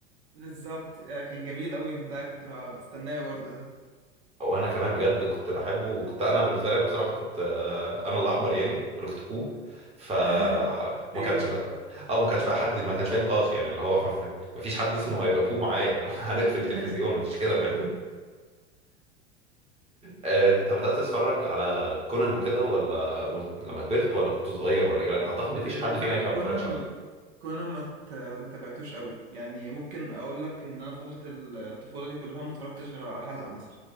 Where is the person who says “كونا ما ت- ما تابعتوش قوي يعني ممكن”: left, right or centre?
Right